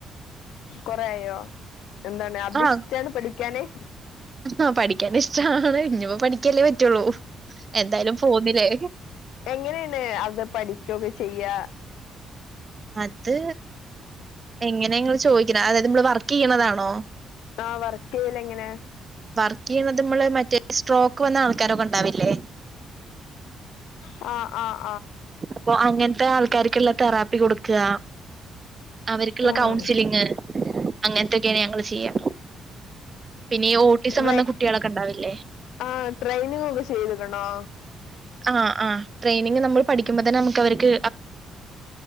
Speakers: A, on the left (about 85°); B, on the right (about 30°).
A: കൊറയയോ എന്താണ് അദ്ശിച്ചാണ്
B: ആഹ്
A: പഠിക്കാനേ
B: ആ പഠിക്കാൻ ഇഷ്ടമാണ് ഇനിപ്പോ പഠിക്കാലേ പറ്റുള്ളൂ എന്തായാലും പോന്നില്ലേ.
A: എങ്ങനെയന്ന അത പഠിക്കൊക്കെ ചെയ്യ
B: അത് എങ്ങനെങ്ങൾ ചോ യിക്കണ അതായത് മ്മള് വർക്ക് ചെയ്യണതാണോ
A: ആഹ് വർക്ക് ചെയ്യലെങ്ങനെ
B: വർക്കെയ്യണ്ത് മ്മള് മറ്റേ സ്ട്രോക്ക് വന്ന ആൾക്കാരൊക്കെ ഒണ്ടാവില്ലേ
A: ആ ആ
B: അപ്പൊ അങ്ങൻത്തെ ആൾക്കാരിക്കുള്ള തെറാപ്പി കൊടുക്കുക അവരിക്കുള്ള
A: ആഹ്
B: കൗൺസിലിങ് അങ്ങൻത്തെ ക്കെയാണ് ഞങ്ങള് ചെയ്യാ. പിന്നെ ഈ ഓട്ടിസം
A: ട്രെ
B: വന്ന കുട്ടികളോക്കെ ഒണ്ടാവില്ലേ
A: ആഹ് ട്രെയിനിങ് ഒക്കെ ചെയ്ത്ക്കണോ
B: ആ ആ ട്രെയിനിങ്ങ് നമ്മൾ പഠിക്ക്മ്പ തന്നെ നമുക്ക് അവര്ക്ക്